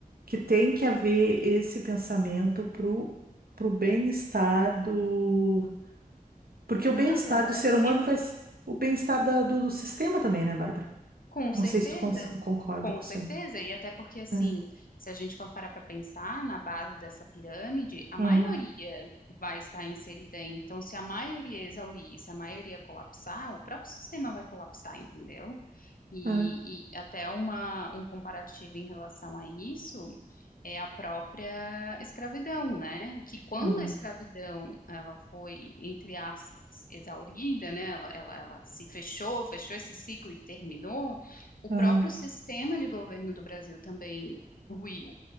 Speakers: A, on the right; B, on the left.
A: que tem que haver esse pensamento para o bem-estar do. Porque o bem-estar
B: do trabalhador
A: do ser humano
B: e do,
A: vai ser o bem-estar da- do, do sistema também, né, Bárbara?
B: com
A: Não
B: certeza,
A: sei se tu cons- concorda
B: com
A: com isso
B: certeza.
A: aí.
B: E até porque assim,
A: É.
B: se a gente for parar para pensar na base dessa pirâmide, a
A: Aham,
B: maioria vai estar inserida aí. Então, se a maioria exaurir, se a maioria colapsar, o próprio sistema vai colapsar, entendeu? E,
A: aham,
B: e até uma, um comparativo em relação a isso. é a própria escravidão, né? Que quando
A: aham,
B: a escravidão ela foi, entre aspas, exaurida, né? Ela, ela, ela se fechou, fechou esse ciclo e terminou, o
A: aham.
B: próprio sistema de governo do Brasil também ruiu,